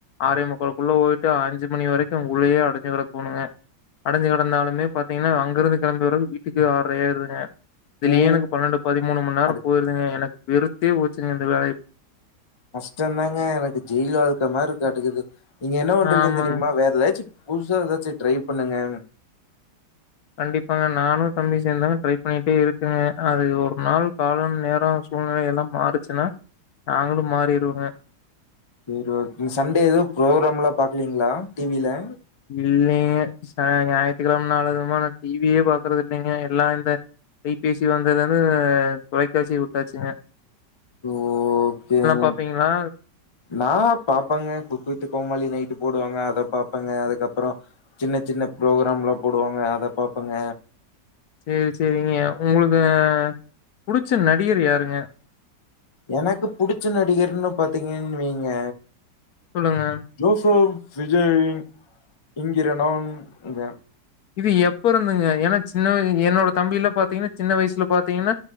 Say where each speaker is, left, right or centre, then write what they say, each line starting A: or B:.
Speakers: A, on the left (about 65°); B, on the left (about 30°).
A: ஆரேமுக்காள்க்குள்ள போயிட்டா அஞ்சு மணி வரைக்கும் உள்ளேயே அடைஞ்சு கிடக்குனுங்க அடைஞ்சு கிடந்தாலுமே பாத்தீங்கன்னா அங்க இருந்து கெளம்பி வறதுக்கு வீட்டுக்கு ஆறரையாயிருதுங்க இதுலே
B: ஓ
A: எனக்கு பன்னெண்டு பதிமூணு மண் நேரோ
B: அது
A: போயிருதுங்க எனக்கு வெருத்தே போச்சுங்க இந்த வேலை
B: கஷ்டோதாங்க எனக்கு ஜெயில் வாழ்க்க மார்ருக்காட்டுக்குது நீங்க என்ன பண்றீங்கன்
A: ஆமாங்க
B: தெரியுமா வேற லாச்சு புதுசா ஏதாச்சு ட்ரை பண்ணுங்க
A: கண்டிப்பாங்க நானு தம்பி சேந்தாங்க ட்ரை பண்ணிட்டே இருக்குறே அது ஒரு நாள் காலம் நேரோ சூழ்நிலை எல்லா மாறுச்சுன்னா நாங்களும் மாறிடுவே
B: சேரி ஓகே சண்டே ஏதோ ப்ரோக்ராம்ல்லா பாக்குலீங்களா டி வில
A: இல்லீங்க ச ஞாயித்திக்கிழம நாளதுமா நா டி வியே பாக்குறது இல்லீங்க எல்லா இந்த கைபேசி வந்ததுலந்து தொலைக்காட்சிய உட்டாச்சுங்க
B: ஓகேங்க
A: பாப்பீங்களா?
B: நா பாப்பங்க குக்கு வித்து கோமலி நைட்டு போடுவாங்க அத பாபப்பங்க அதுக்கப்புறோ சின்ன சின்ன ப்ரோக்ராம்லா போடுவாங்க அத பாப்பங்க
A: சேரி சேரிங்க உங்களுக்கு புடிச்ச நடிகர் யாருங்க
B: எனக்கு புடிச்ச நடிகர்ன்னு பாத்தீங்கன்னு வெய்ங்க
A: சொல்லுங்க.
B: <unintelligible> விஜய் என்கிற நான்ங்க
A: இது எப் ப்போ இருந்துங்க ஏன்னா சின்ன என்னோட தம்பில பாத்தீங்கன்னா சின்ன வயசுல பாத்தீங்கன்னா